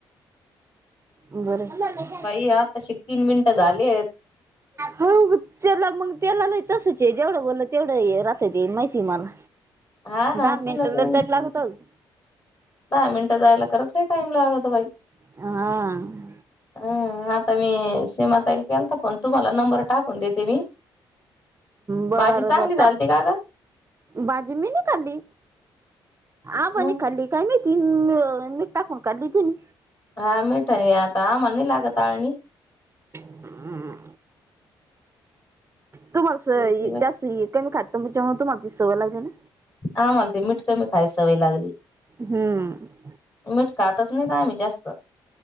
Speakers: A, on the right (about 25°); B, on the left (about 40°).
A: बरं ते.
B: बाई आत्ताशीक तीन मिनटं झालीयेत.
A: हो त्याला मग त्याला नाही तसच ए जेवढं बोललं तेवढं हे राहत ते माहिती मला.
B: हा ना
A: दहा मिनिंट
B: तीनच मिनिट
A: <unintelligible>
B: दहा मिनटं जायला खरंच लई टाईम लागतो बाई.
A: हा.
B: हं. आता मी सीमाताईला केलता फोन. तुम्हाला नंबर टाकून देते मी.
A: बरं
B: भाजी चांगली
A: बरं
B: झालती
A: टाक
B: का गं?
A: भाजी मी नाही खाल्ली, आबांनी
B: मग
A: खाल्ली. काय माहिती? म मीठ टाकून खाल्ली त्यांनी.
B: हा मीठा नी हे आता, आम्हाला नाही लागत आळणी.
A: हम्. तुम्हासं
B: केलती बाई
A: जास्त कमी खातो त्याच्यामुळे तुम्हाला ती सवय लागलीय ना?
B: आम्हाला ते मीठ कमी खायची सवय लागली.
A: हम्.
B: मीठ खातच नाही आम्ही जास्त.